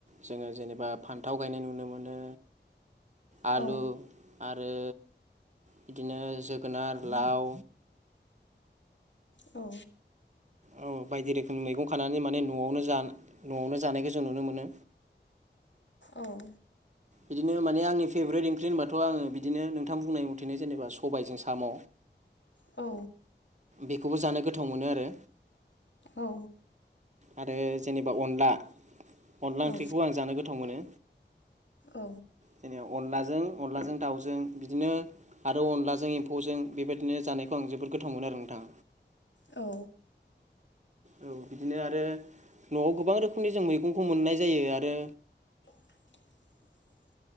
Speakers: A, on the right; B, on the left.
A: जोङो जेनेबा फान्थाव गायनाय नुनो मोनो। आलु
B: औ
A: आरो बिदिनो जोगोनार लाव
B: औ
A: औ बायदि रोखोमनि मैगं खानानै माने न'आवनो न'आवनो जानायखौ जों नुनो मोनो।
B: औ
A: बिदिनो माने आंनि फेभरेट ओंख्रि होनबाथ आङो बिदिनो नोंथां बुंनाय मथेनो जेनेबा सबायजों साम'
B: औ
A: बेखौबो जानो गोथाव मोनो आरो
B: औ औ
A: आरो जेनेबा अनला अनला
B: औ
A: ओंख्रिखौ आं जानो गोथाव मोनो
B: औ
A: जोंनियाव अनलाजों अनलाजों दाउजों बिदिनो आरो अनलाजों एम्फौजों बेबायदिनो जानायखौ आं जोबोद गोथावमोनो आरो नोंथां।
B: औ
A: औ बिदिनो आरो नआव गोबां रोखोमनि जों मैगंखौ मोननाय जायो आरो
B: <inaudible>